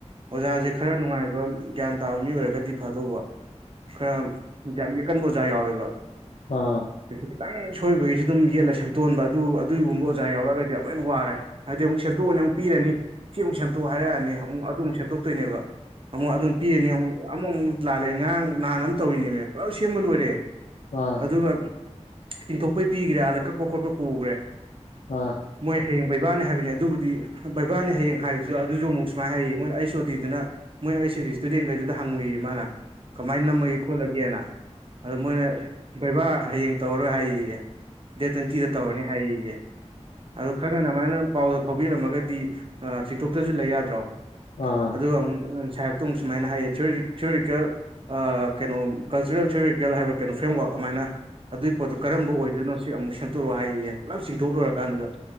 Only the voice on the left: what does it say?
ꯑꯥ
ꯑ
ꯑꯥ
ꯑ